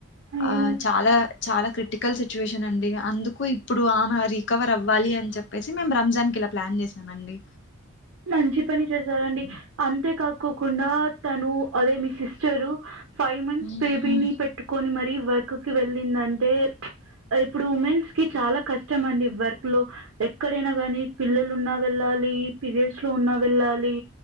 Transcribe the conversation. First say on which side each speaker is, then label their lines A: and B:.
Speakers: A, on the right; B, on the left.
A: అయ్యో
B: ఆ చాలా చాలా క్రిటికల్ సిచ్యువేషన్ అండి అందుకు ఇప్పుడు ఆ మారి కవర్ అవ్వాలి అని చెప్పేసి మేము రంజాన్ కి ఇలా ప్లాన్ చేసామండి
A: మంచి పని చేసారంండి అంతే కాక్కకుండా తను అదే మీ సిస్టరు ఫైవ్ మంత్స్
B: మ్మ్.
A: బేబీని పెట్టుకొని మరి వర్క్కిి వెళ్ళిందంటే ఇప్పుడు ఉమెన్స్ కి చాలా కష్టం అండి వర్క్ లో ఎక్కడైనా గాని పిల్లలు ఉన్నా వెళ్ళాలి ప్ర పీరియడ్స్ లో ఉన్నా వెళ్ళాలి